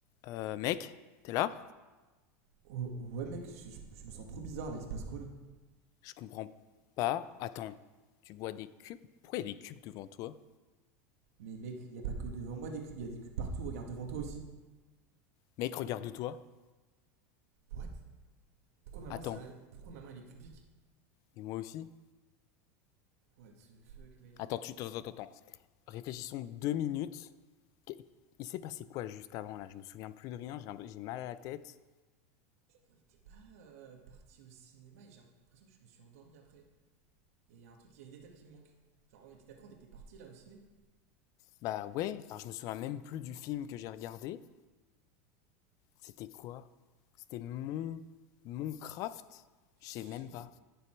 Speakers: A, on the left; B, on the right.
A: Euh, mec, t'es là?
B: Oh, ouais, mec, je, je- me sens trop bizarre là, il se passe quoi là
A: Je comprends pas. Attends, tu vois des cubes? Pourquoi il y a des cubes devant toi?
B: Mais mec, y a pas que devant moi des cubes, y a des cubes partout, regarde devant toi aussi.
A: Mec, regarde-toi.
B: What Pourquoi maman,
A: Attends,
B: c'est Pourquoi maman elle est cubique
A: et moi aussi?
B: What the fuck, mec
A: Attends, tu... Attends, attends, attends. Réfléchissons deux minutes. Qu- Il s'est passé quoi juste avant là? Je me souviens plus de rien, j'ai un- j'ai mal à la tête.
B: On n'était pas euh, parti au cinéma et j'ai l'impression que je me suis endormi après. Il y a un truc, il y a une étape qui me manque. Genre, on était d'accord, on était parti là au ciné
A: Bah ouais, alors je me souviens même plus du film que j'ai regardé. C'était quoi? C'était Mon... mon craft.
B: J'sais...
A: Je sais même pas.